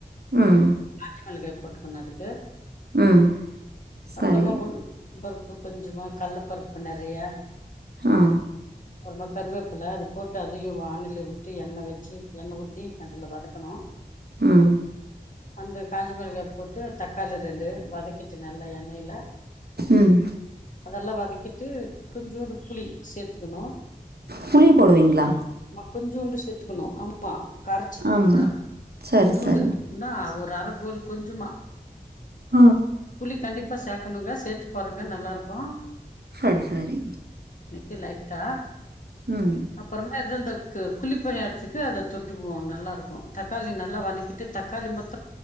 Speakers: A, on the right; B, on the left.
A: ம்
B: காஞ்ச மிளகாய் போட்டுக்கணு அதுக்கு
A: ம் சேரி
B: அப்புறமா உளுத்தம் பருப்பு கொஞ்சமா கடலைப்பருப்பு நெறைய
A: ஆ
B: அப்புறமா கருவேப்பல அது போட்டு அதையு வானல்ல விட்டு எண்ணெய் வச்சு எண்ணெய் ஊத்தி அதுல வதக்கணு
A: ம்
B: அந்த காஞ்ச மிளகாய் போட்டு தக்காளி ரெண்டு வதக் கிட்டு நல்லா எண்ணெய்ல
A: ம்
B: அதெல்லா வதக்கிட்டு கொஞ்சுன்டு புளி சேர்த்துக்கணு
A: புளி போடுவீங்களா
B: கொஞ்சயோண்டு சேத்துக்கணு ஆமா காரச்சட்னி
A: ஆம்
B: கூட
A: சரி
B: கொஞ்சோண்டுன்னா
A: சரி
B: ஒரு கார <unintelligible> கொஞ்சமா
A: ஆ
B: புளி கண்டிப் இப்ப சேக்கணுங்க சேர்த்து பாருங்க நல்லா இருக்கு
A: சேரி சேரி
B: <unintelligible> லையிட்டா
A: ம்
B: அப்புறமா இது இந்தகு குழிப்பணி இடத்துக்கு அத தொட்டுக்குவோ நல்லா இருக்கு தக்காளி நல்லா வதக்கிட்டு தக்காளி மொத்